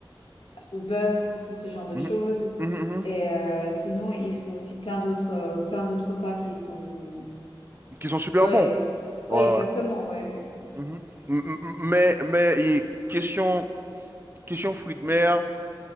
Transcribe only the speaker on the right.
Mhm,
mhm, mhm. mhm.
Qui sont super
bons.
Ouais,
ouais.
Mhm. mhm. M- m- Mais, mais et question, question fruits de mer.